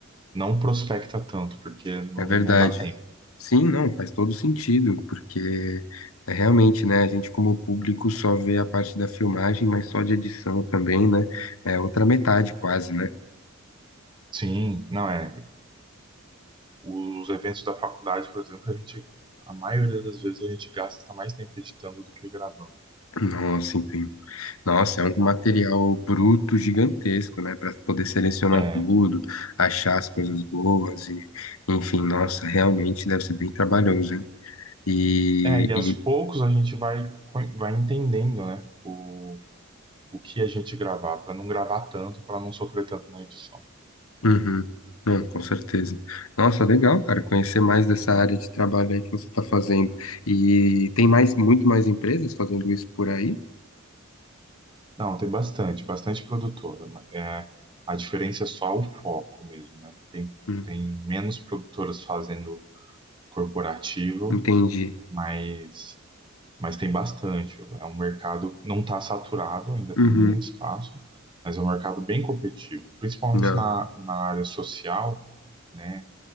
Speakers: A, on the right; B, on the left.
A: não prospecta tanto, porque não,
B: é verdade.
A: não dá tempo.
B: Sim, não, faz todo sentido, porque é realmente, né, a gente como público só vê a parte da filmagem, mas só de edição também, né? É outra metade quase, né?
A: Sim, não é. Os eventos da faculdade, por exemplo, a gente, a maioria das vezes a gente gasta mais tempo editando do que gravando.
B: Nossa, entendi. Nossa, é um material bruto gigantesco, né, para poder selecionar
A: É,
B: tudo, achar as coisas boas e, enfim, nossa, realmente deve ser bem trabalhoso, hein? E,
A: é, e aos
B: e
A: poucos a gente vai, co- vai entendendo, né, o, o que a gente gravar, para não gravar tanto, para não sofrer tanto na edição.
B: Uhum. Não, com certeza. Nossa, legal, cara, conhecer mais dessa área de trabalho aí que você está fazendo. E tem mais, muito mais empresas fazendo isso por aí?
A: Não, tem bastante, bastante produtora. mas, É, a diferença é só o foco mesmo, né? Tem,
B: Hum,
A: tem menos produtoras fazendo corporativo,
B: entendi.
A: mas mas tem bastante. É um mercado não está saturado, ainda
B: Uhum.
A: tem muito espaço, mas é um mercado bem competitivo, principalmente
B: Não.
A: na, na área social, né?